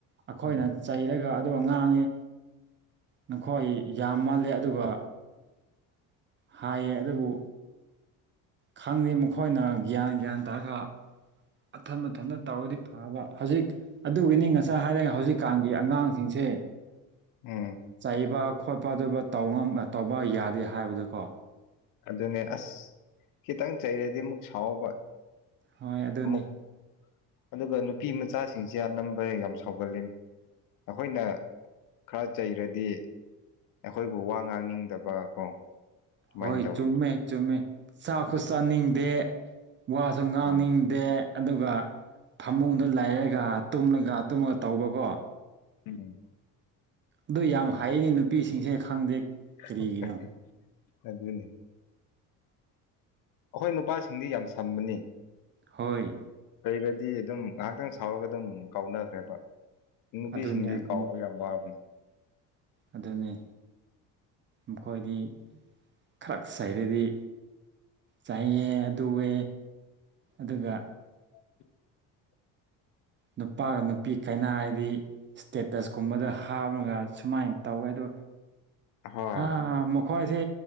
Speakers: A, on the right (about 30°); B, on the left (about 60°).
A: ꯑꯩꯈꯣꯏꯅ
B: ꯎꯝ
A: ꯆꯩꯔꯒ ꯑꯗꯨꯒ ꯉꯥꯡꯉꯤ ꯅꯈꯣꯏ ꯌꯥꯝ ꯃꯥꯜꯂꯦ ꯑꯗꯨꯒ ꯍꯥꯏꯌꯦ ꯑꯗꯨꯕꯨ ꯈꯪꯗꯦ ꯃꯈꯣꯏꯅ ꯒ꯭ꯌꯥꯟ ꯒ꯭ꯌꯥꯟ ꯇꯥꯔꯒ ꯑꯊꯟ ꯑꯊꯟꯇ ꯇꯧꯔꯗꯤ ꯐꯕ ꯍꯧꯖꯤꯛ ꯑꯗꯨꯒꯤꯅꯤ ꯉꯁꯥꯏ ꯍꯥꯏꯔꯒ ꯍꯧꯖꯤꯛꯀꯥꯟꯒꯤ ꯑꯉꯥꯡꯁꯤꯡꯁꯦ
B: ꯎꯝ
A: ꯆꯩꯕ ꯈꯣꯠꯄ ꯑꯗꯨꯕ ꯇꯧꯕ ꯌꯥꯗꯦ ꯍꯥꯏꯕꯗꯨꯀꯣ
B: ꯑꯗꯨꯅꯦ ꯑꯁ ꯈꯤꯇꯪ ꯆꯩꯔꯗꯤ ꯑꯃꯨꯛ ꯁꯥꯎꯕ
A: ꯍꯣꯏ ꯑꯗꯨꯅꯦ
B: ꯑꯃꯨꯛ ꯑꯗꯨꯒ ꯅꯨꯄꯤ ꯃꯆꯥꯁꯤꯡꯁꯦ ꯑꯅꯝꯕ ꯌꯥꯝ ꯁꯥꯎꯒꯂꯅꯦ ꯑꯩꯈꯣꯏꯅ ꯈꯔ ꯆꯩꯔꯗꯤ ꯑꯩꯈꯣꯏꯕꯨ ꯋꯥ ꯉꯥꯡꯅꯤꯡꯗꯕ ꯀꯣ ꯑꯗꯨꯃꯥꯏꯅ
A: ꯍꯣꯏ
B: ꯇꯧꯋꯤꯅꯤ
A: ꯆꯨꯝꯃꯦ ꯆꯨꯝꯃꯦ ꯆꯥꯛꯁꯨ ꯆꯥꯅꯤꯡꯗꯦ ꯋꯥꯁꯨ ꯉꯥꯡꯅꯤꯡꯗꯦ
B: ꯍꯣꯏ
A: ꯑꯗꯨꯒ ꯐꯃꯨꯡꯗꯣ ꯂꯩꯔꯒ ꯇꯨꯝꯂꯒ ꯇꯨꯝꯂꯒ ꯇꯧꯕꯀꯣ
B: ꯎꯝ
A: ꯑꯗꯨ ꯌꯥꯝ ꯍꯥꯏꯅꯤ ꯅꯨꯄꯤꯁꯤꯡꯁꯦ ꯈꯪꯗꯦ ꯀꯔꯤꯒꯤꯅꯣ
B: ꯑꯗꯨ ꯑꯗꯨꯅꯤ ꯑꯩꯈꯣꯏ ꯅꯨꯄꯥꯁꯤꯡꯗꯤ ꯌꯥꯝ ꯁꯝꯕꯅꯤ
A: ꯍꯣꯏ
B: ꯐꯩꯔꯗꯤ ꯑꯗꯨꯝ ꯉꯥꯏꯍꯥꯛꯇꯪ ꯁꯥꯎꯔꯒ ꯑꯗꯨꯝ ꯀꯥꯎꯅꯈ꯭ꯔꯦꯕ ꯅꯨꯄꯤꯁꯤꯡꯗꯤ
A: ꯑꯗꯨꯅꯤ ꯑꯗꯨꯅꯤ
B: ꯀꯥꯎꯕ ꯌꯥꯝ ꯋꯥꯕꯅꯤ
A: ꯑꯗꯨꯅꯤ ꯃꯈꯣꯏꯗꯤ ꯈꯔ ꯁꯩꯔꯗꯤ ꯆꯥꯏꯌꯦ ꯑꯗꯨꯋꯦ ꯑꯗꯨꯒ
B: <inaudible>
A: ꯅꯨꯄꯥꯒ ꯅꯨꯄꯤ ꯀꯩꯅꯥ ꯍꯥꯏꯗꯤ ꯏꯁꯇꯦꯇꯁꯀꯨꯝꯕꯗ ꯍꯥꯞꯂꯒ ꯁꯨꯃꯥꯏꯅ ꯇꯧꯋꯦ ꯑꯗ
B: ꯍꯣꯏ
A: ꯍꯥ ꯃꯈꯣꯏꯁꯦ